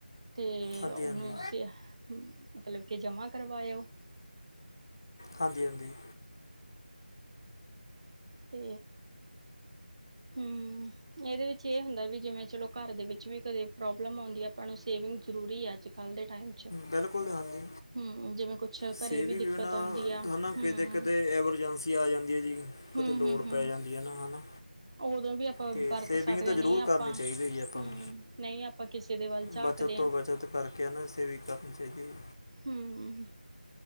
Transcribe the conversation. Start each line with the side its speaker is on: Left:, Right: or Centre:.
Right: ਤੇ
Left: ਹਾਂਜੀ
Right: ਹੁਣ
Left: ਹਾਂਜੀ
Right: ਸ ਮਤਲਬ ਕਿ ਜਮ੍ਹਾਂ ਕਰਵਾਏ ਉਹ।
Left: ਹਾਂਜੀ ਹਾਂਜੀ
Right: ਤੇ ਹੂੰ, ਇਹਦੇ ਵਿੱ 'ਚ ਇਹ ਹੁੰਦਾ ਵੀ ਜਿਵੇਂ ਚਲੋ ਘਰ ਦੇ ਵਿੱਚ ਵੀ ਕਦੇ ਪ੍ਰੋਬਲਮ ਆਉਂਦੀ ਹੈ। ਆਪਾਂ ਨੂੰ ਸੇਵਿੰਗ ਜ਼ਰੂਰੀ ਆ ਅੱਜ ਕੱਲ੍ਹ ਦੇ ਟਾਈਮ 'ਚ
Left: ਬਿਲਕੁਲ ਹਾਂਜੀ
Right: ਹੂੰ, ਜਿਵੇਂ ਕੁਛ
Left: ਸੇਵੀੰਗ
Right: ਘਰੇ ਵੀ ਦਿੱਕਤ
Left: ਬਿਨਾਂ
Right: ਆਉਂਦੀ ਆ,
Left: ਥਨਾ
Right: ਹੂੰ।
Left: ਕਿਤੇ ਦਿਕਤ ਐਮਰਜੈਂਸੀ ਕੀ ਆ ਜਾਂਦੀ ਹੈ ਜੀ
Right: ਹੂੰ-ਹੂੰ-ਹੂੰ,
Left: ਕਤੇ ਲੋੜ ਪੈ ਜਾਂਦੀ ਹੈ ਨਾ ਹੈ ਨਾ
Right: ਉਦੋਂ ਵੀ ਆਪਾਂ
Left: ਅਤੇ
Right: ਵਰਤ
Left: ਸੇਵਿੰਗ
Right: ਸਕਦੇ
Left: ਤਾਂ
Right: ਹਾਂ,
Left: ਜ਼ਰੂਰ
Right: ਨਹੀਂ ਆਪਾਂ
Left: ਕਰਨੀ ਚਾਹੀਦੀ ਜੀ ਆਪਾਂ
Right: ਹੂੰ,
Left: ਨੂੰ
Right: ਨਹੀਂ ਆਪਾਂ ਕਿਸੇ ਦੇ ਵੱਲ ਝਾਕਦੇ
Left: ਬੱਚਤ ਤੋਂ
Right: ਹਾਂ,
Left: ਬੱਚਤ ਕਰਕੇ ਹੈਨਾ ਸੇਵੀਗ ਕਰਨੀ ਚਾਹੀਦੀ ਹੈ
Right: ਹੂੰ